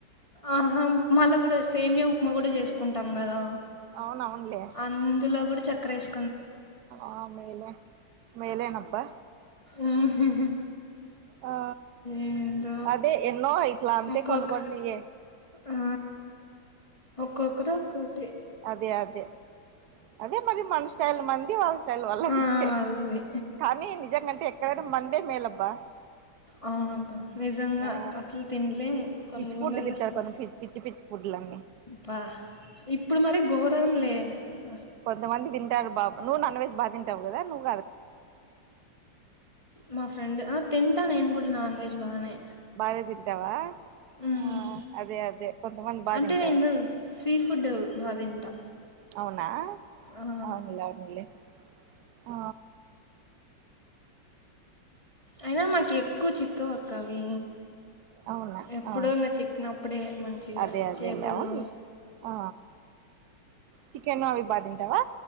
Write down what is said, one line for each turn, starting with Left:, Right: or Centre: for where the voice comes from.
Left: ఆహా ఉ మళ్ళా కూడా సేమ్య ఉప్మా కూడా చేసుకుంటాం కదా
Right: అవునవునులే
Left: అందులో కూడా చక్కర వేస్
Right: ఆ మేలే మేలేనబ్బా
Left: ఉహుహు.
Right: ఆ
Left: ఏందో
Right: అదే ఎన్న ఇట్లా అంత
Left: ఒక్కొక్క
Right: కొన్ని కొడినియ
Left: ఆ ఒక్కొక్కరు ఒక్కోటి
Right: అదే అదే అదే మరి మన స్టైల్ మంది వాళ్ళ ల్ వల్ల స్టైల్ వాళ్లదే
Left: ఆ, వాళ్ళది
Right: కానీ నిజంగాంటే ఎక్కడైనా మండే మేలబ్బా
Left: అవునక్క నిజంగా
Right: ఆ
Left: అసలు తినలేము కొన్ని
Right: పిచ్చి
Left: ఊర్లలో
Right: ఫుడ్ తింటారు
Left: సా
Right: కొంత పిచ్చి పిచ్చి ఫుడ్లన్నీ
Left: బా ఇప్పుడు మరి గోరం లే ప
Right: కొంత మంది తింటారు బాబ్ నువ్ నాన్ వెజ్ బాగా తింటావ్ కదా నువ్
Left: మా ఫ్రెండ్ తింటా నేను కూడా నాన్ వెజ్ బాగానే
Right: బానే తింటావా
Left: మ్మ్.
Right: ఆ అదే అదే కొంతమంది బా
Left: అంటే
Right: తింటారు
Left: నేను సీ ఫుడ్ బాగా తింటా
Right: అవునా
Left: ఆ,
Right: అవునవునలే ఆ
Left: అయినా మాకు ఎక్కువ చిక్కవు అక్క అవి
Right: అవునా
Left: ఎప్పుడో
Right: ఆ
Left: ఇంకా చిక్కినప్పుడే మంచిగా
Right: అదే అదేలే
Left: చేపలు
Right: అవునులే ఆ చికెన్ అవి బాటింటావా